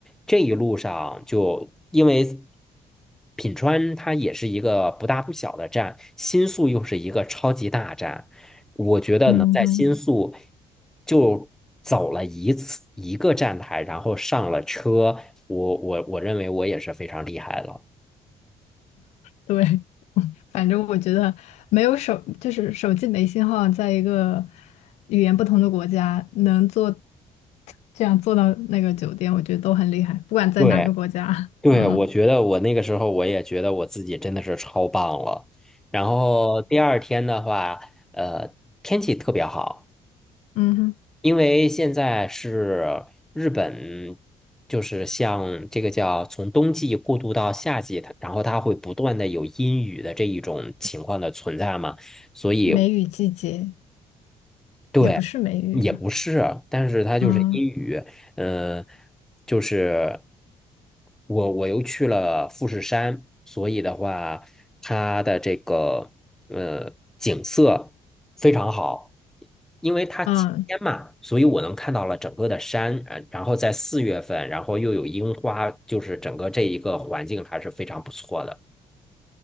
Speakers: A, in the centre; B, on the left.
A: 这一路上就因为品川它也是一个不大不小的站，新宿又是一个超级大站，我觉得能在新宿
B: 嗯哼，
A: 就走了一次一个站台，然后上了车，我我我认为我也是非常厉害了。
B: 对，反正我觉得没有手，就是手机没信号，在一个语言不同的国家能坐，这样坐到那个酒店，我觉得都很厉害，不管在哪个国家，
A: 对对，
B: 嗯
A: 我觉得我那个时候我也觉得我自己真的是超棒了。然后第二天的话，呃，天气特别好。
B: 嗯哼，
A: 因为现在是日本，就是像这个叫从冬季过渡到夏季，它然后它会不断的有阴雨的这一种情况的存在嘛，所以
B: 梅雨季节。
A: 对，
B: 也不是梅雨吧？
A: 也不是啊，但是它就是阴雨，
B: 嗯
A: 嗯、就是我我又去了富士山，所以的话，它的这个呃景色非常好，因为它晴天嘛，
B: 嗯，
A: 所以我能看到了整个的山，呃然后在四月份，然后又有樱花，就是整个这一个环境还是非常不错的。